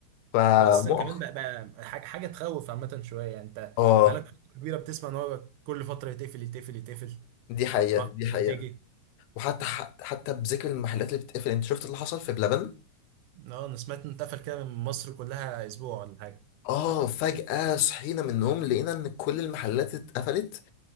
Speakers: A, on the left (about 85°); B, on the right (about 85°).
A: فمؤخ
B: هو اساسا كمان بقى, بقى حاجه حاجه تخوف عامه شويه يعني انت
A: اه
B: بقالك فتره كبيره بتسمع ان هو كل فتره يتقفل يتقفل يتقفل
A: دي حقيقه
B: فتره
A: دي حقيقه
B: وتيجي
A: وحتى ح- حتى بذكر المحلات اللي بتقفل انت شفت اللي حصل في بلبن
B: اه انا سمعت ان اتقفل كده من مصر كلها اسبوع ولا حاجه
A: اه فجأة صحينا من النوم لقينا ان كل المحلات اتقفلت